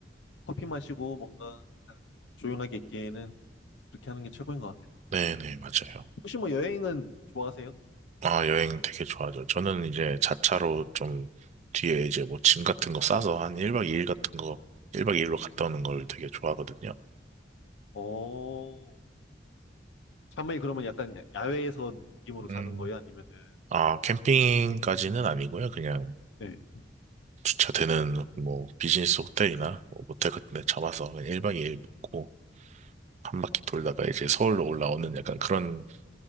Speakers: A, on the left; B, on the right.
A: 커피 마시고 뭔가 딱 조용하게 있기에는 그렇게 하는 게 최고인 것 같아요.
B: 네네, 맞아요.
A: 혹시 뭐 여행은 좋아하세요?
B: 아, 여행 되게 좋아하죠. 저는 이제 자차로 좀 뒤에 이제 뭐 짐 같은 거 싸서 한 1박 2일 같은 거 1박 2일로 갔다 오는 걸 되게 좋아하거든요.
A: 어, 샤머이 그러면 약간 야- 야외에서 느낌으로 자는
B: 음.
A: 거예요? 아니면은,
B: 아, 캠핑까지는 아니고요. 그냥
A: 네.
B: 주차되는 뭐 비즈니스 호텔이나 뭐 모텔 같은 데 잡아서 그냥 1박 2일 묵고 한 바퀴 돌다가 이제 서울로 올라오는 약간 그런